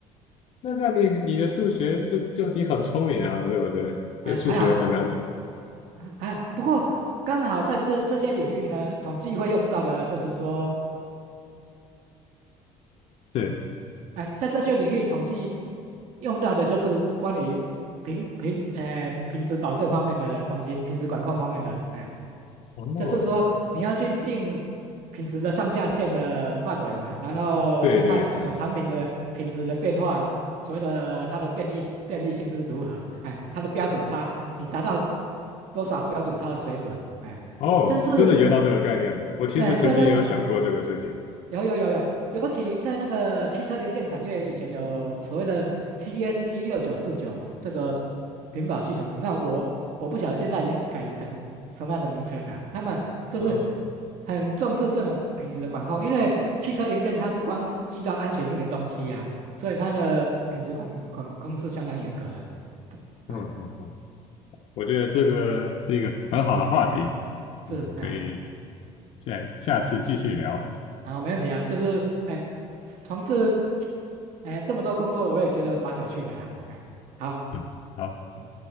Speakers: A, on the left; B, on the right.
A: 那这样你你的数学就就你很聪明啊，对不对？
B: 哎，
A: 这数学很难的，
B: 还好还还好，不过刚好在这这些领域呢，统计会用到的就是说。
A: 对，
B: 哎，在这些领域，统计用到的就是关于品品呃品质保证方面的东西，品质管控方面的，哎，
A: 哦，
B: 就是说你要去定品质的上下限的范围嘛，然后去看整个产品的品质的变化，
A: 对对对，
B: 所谓的它的便利便利性是如何，哎，它的标准差，你达到多少标准差的水准，哎，
A: 哦，
B: 甚至，
A: 真的有到这个概念，我其实曾经有想过这个事情，
B: 哎，对对对，有有有有，尤其在那个汽车零件产业，以前有所谓的 TS 一六九四九这个屏保系统，那我我不晓得现在已经改成什么样的名称了。他们就是
A: 嗯
B: 很重视这种品质的管控，因为汽车零件它是关系到安全性的东西呀、所以它的品质管管控是相当严格的。
A: 嗯嗯嗯，
B: 哎，
A: 我觉得这个是一个很好的话题，
B: 是哎，
A: 我们可以。再下次继续聊。
B: 好，没问题啊，就是哎，从事哎这么多工作，我也觉得蛮有趣的啦。哎，好。
A: 嗯，好。
B: 嗯